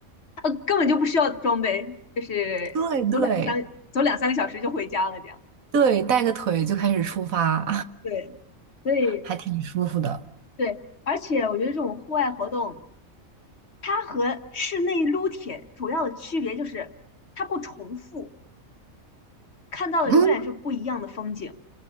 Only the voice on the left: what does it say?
呃，根本就不需要装备，就是走两个三走两三个小时就回家了这样。
对，所以
对，而且我觉得这种户外活动。它和室内撸铁主要的区别就是它不重复，看到的永远是不一样的风景。